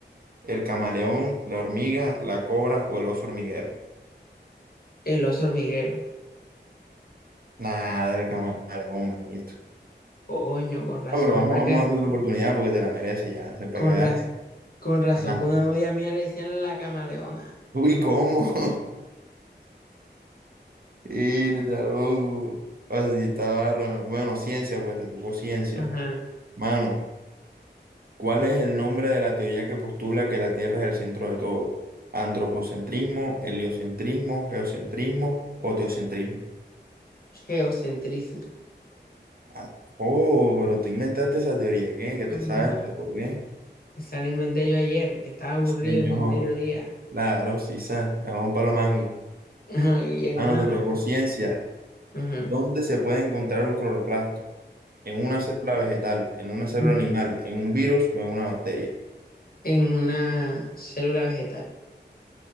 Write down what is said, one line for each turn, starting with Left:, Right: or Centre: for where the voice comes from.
Right: ¿El camaleón, la hormiga, la cobra o el oso hormiguero?
Left: El oso hormiguero.
Right: Nada, el camaleón, manito.
Left: Coño, con razón,
Right: Ah, pero vamos,
Left: fue
Right: vamos
Left: que-
Right: a darte otra oportunidad porque te la mereces ya. Siempre
Left: Con,
Right: que veas
Left: raz-
Right: que-
Left: con razón
Right: Ajá.
Left: que una novia mía le decían la camaleona.
Right: Uy, ¿cómo? <laughs> Irda, loco. O sea, sí está barra. Bueno, ciencia, pues te tocó ciencia.
Left: Ajá.
Right: Mano, ¿cuál es el nombre de la teoría que postula que la Tierra es el centro de todo? ¿Antropocentrismo, heliocentrismo, geocentrismo o teocentrismo?
Left: Geocentrismo.
Right: Ah, Oh, pero tú inventaste esa teoría, ¿qué? Que
Left: No,
Right: te sabes todo, ¿qué?
Left: Esa la inventé yo ayer, que estaba aburrido
Right: Señor,
Left: en el mediodía.
Right: claro, sí, sa, a un palo mango.
Left: Ajá, <laughs> Y en
Right: Ah,
Left: una
Right: no, te
Left: hamaca.
Right: tocó ciencia.
Left: Ujú.
Right: ¿Dónde se puede encontrar un cloroplasto? ¿En una célula vegetal, en una célula
Left: Un,
Right: animal, en un virus o en una bacteria?
Left: en una célula vegetal.